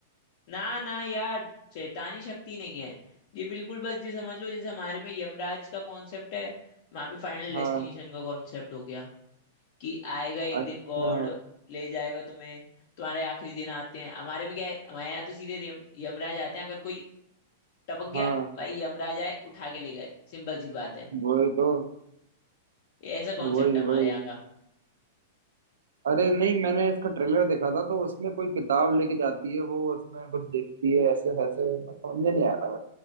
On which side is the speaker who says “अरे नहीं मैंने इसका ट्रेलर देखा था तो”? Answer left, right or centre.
Right